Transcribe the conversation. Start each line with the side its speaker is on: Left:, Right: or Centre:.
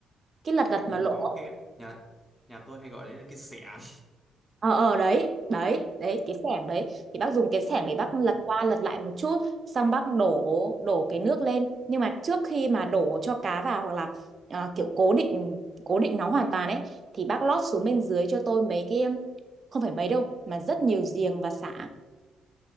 Right: cái lật lật
Centre: Ừ,
Right: mà lỗ
Centre: có cái nhà nhà tôi hay gọi đấy là cái xẻng.
Right: ờ ờ đấy đấy đấy cái xẻng đấy thì bác dùng cái xẻng để bác lật
Centre: <laughs>
Right: qua lật lại một chút xong bác đổ đổ cái nước lên nhưng mà trước khi mà đổ cho cá vào hoặc là à, kiểu cố định cố định nó hoàn toàn ấy thì bác lót xuống bên dưới cho tôi mấy cái um, không phải mấy đâu mà rất nhiều giềng và sả